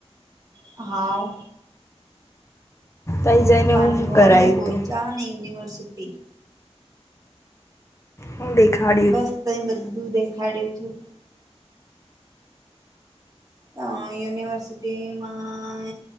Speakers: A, on the right; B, on the left.
A: હા
B: તઈ જઈને
A: માંનગોળને
B: હું કરાયું
A: પોયચાને
B: તું
A: યુનિવર્સિટી
B: હું દેખાડયુ
A: બસ તહી બધું દેખાડ્યું હતું અ યુનિવર્સિટીમાં